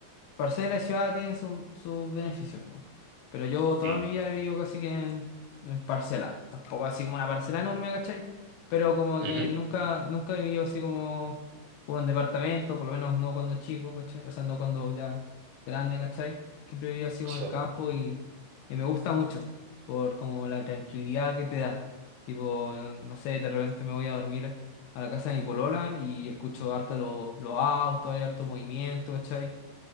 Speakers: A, on the left; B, on the right.
A: parcela y ciudad tienen sus sus beneficios, po. Pero yo toda
B: Mm.
A: mi vida he vivido casi que en, en parcela. Tampoco así como una parcela enorme, ¿cachai? Pero como
B: Ujú.
A: que nunca, nunca he vivido así como, como en departamento, por lo menos no cuando chico, ¿cachai? O sea, no cuando ya grande, ¿cachai? Siempre he vivido así como
B: Sí.
A: en el campo y, y me gusta mucho por como la tranquilidad que te da. Tipo, no sé, de repente me voy a dormir a la casa de mi polola y escucho harto los los autos, hay harto movimiento, ¿cachai?